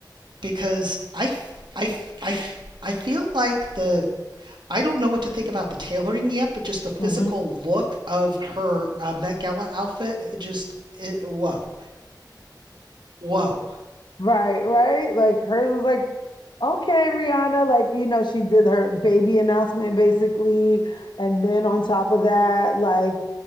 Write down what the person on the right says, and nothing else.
because I f- I f- I f- I feel like the I don't know what to think about the tailoring yet, but just the physical
look of her uh, Met Gala outfit, it just it, whoa, whoa.